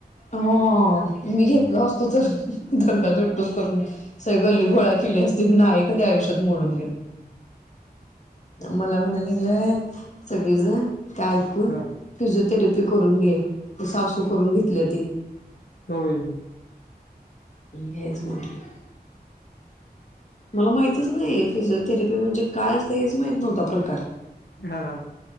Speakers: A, on the left (about 45°); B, on the left (about 85°).
A: हो हो मी घेतलो असतो तर दंगा धुडगूस करून सगळी गल्ली गोळा केली असती मी नाय कधी आयुष्यात मोडून घेत.
B: <unintelligible>
A: मला म्हणायला लागलंय सगळेजण ते ऐकून
B: हा
A: फिजिओथेरपी करून घे, ते सासू करून घेतले.
B: होय.
A: घ्यायच म्हटलं. मला माहितच नाही फिजिओथेरपी म्हणजे काय असतंय हेच माहित नव्हता प्रकार
B: हा हा,